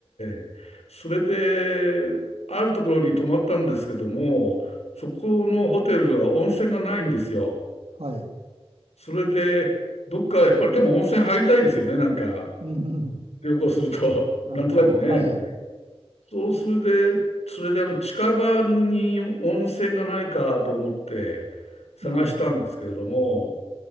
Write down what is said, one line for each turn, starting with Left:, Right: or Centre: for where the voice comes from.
Left: ええそれで、あるところに泊まったんですけども、そこのホテルは温泉がないんですよ。
Right: はい。
Left: それで、どっかやっぱりでも温泉入りたいですよね、なんか、
Right: うん。
Left: 旅行すると、<laughs>
Right: なるほど。
Left: なんとなくね。
Right: はい。
Left: そうするで、それであの近場に温泉がないかと思って探したんですけれども、
Right: うん。